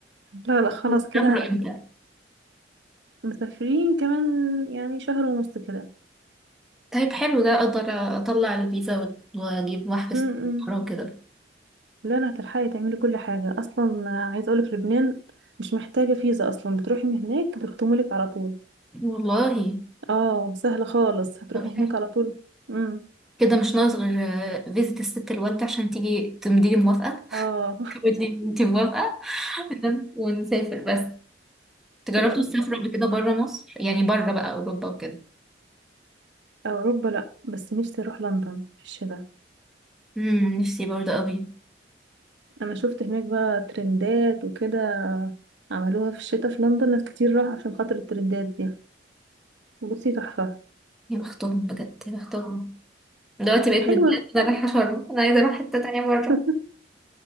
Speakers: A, on the right; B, in the centre.
A: لا لا
B: بتسافروا
A: خلاص كده هناخدك
B: امتى
A: مسافرين كمان يعني شهر ونص كده
B: طيب حلو ده اقدر اطلع الفيزا وأت- واجيب واحجز
A: م- م.
B: طيارة وكده
A: لا لا هتلحقي تعملي كل حاجة أصلا آه، عايزة أقولك لبنان مش محتاجة فيزا أصلا بتروحي من هناك بيختموا لك على طول
B: والله
A: اه سهلة خالص هتروحي
B: طب
A: هناك
B: حلو.
A: على طول امم
B: كده مش ناقص غير آه، فيزة الست الوالدة عشان تيجي تمضي موافقة
A: اه
B: تقول لي انتي موافقة <laughs> ونسافر بس تجربتوا
A: <laughs>
B: السفر قبل كده بره مصر يعني بره بقى اوروبا وكده
A: أوروبا لأ بس نفسي أروح لندن في الشتاء
B: امم نفسي برضه قوي
A: أنا شفت هناك بقى ترندات وكده عملوها في الشتاء في لندن ناس كتير راح عشان خاطر الترندات دي بصي تحفة
B: يا بختهم بجد يا بختهم دلوقتي بقيت
A: حلوة
B: متضايقه إن انا رايحه شرم انا عايزه اروح حته تانية بره
A: <laughs>